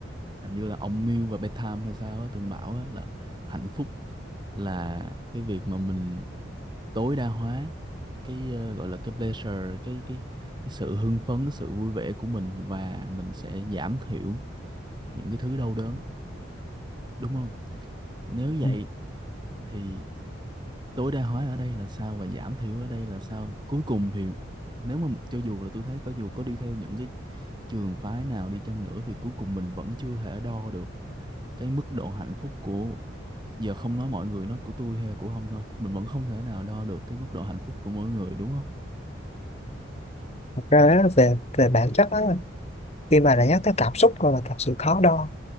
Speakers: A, on the right; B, on the left.
A: hình như là ông Mill và Bentham hay sao á từng bảo á là hạnh phúc là cái việc mà mình tối đa hóa cái ờ, gọi là cái pleasure cái cái cái sự hưng phấn cái sự vui vẻ của mình và mình sẽ giảm thiểu những cái thứ đau đớn đúng không nếu vậy
B: Ừ.
A: thì tối đa hóa ở đây là sao và giảm thiểu ở đây là sao cuối cùng thì nếu mà cho dù là tôi thấy có dù có đi theo những cái trường phái nào đi chăng nữa thì cuối cùng mình vẫn chưa thể đo được cái mức độ hạnh phúc của giờ không nói mọi người nó của tôi hay là của ông thôi mình vẫn không thể nào đo được cái mức độ hạnh phúc của mỗi người đúng không
B: thật ra á, về về bản chất á, khi mà đã nhắc tới cảm xúc rồi là thật sự khó đo